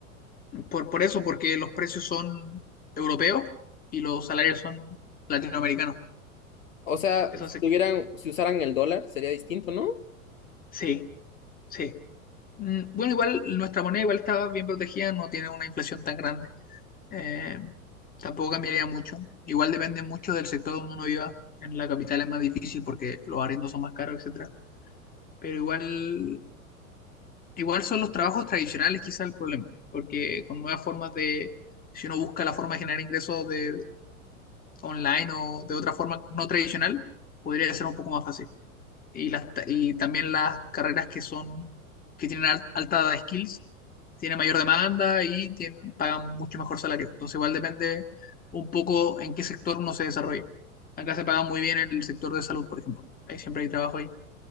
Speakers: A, on the left; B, on the left.
A: Por, por eso, porque los precios son europeos y los salarios son latinoamericanos.
B: O sea,
A: Eso
B: si
A: se-
B: tuvieran, si usaran el dólar sería distinto, ¿no?
A: sí, sí. Mm, Bueno, igual nuestra moneda igual está bien protegida, no tiene una inflación tan grande. Eh, tampoco cambiaría mucho. Igual depende mucho del sector donde uno viva. En la capital es más difícil porque los arriendos son más caros, etcétera. Pero igual, igual son los trabajos tradicionales quizá el problema, porque con nuevas formas de, si uno busca la forma de generar ingresos de online o de otra forma no tradicional, podría ser un poco más fácil. y, las, ta- y también las carreras que son, que tienen al- alta skills, tienen mayor demanda y tienen- pagan mucho mejor salario. Entonces igual depende un poco en qué sector uno se desarrolle. Acá se paga muy bien el sector de salud, por ejemplo. Ahí siempre hay trabajo ahí.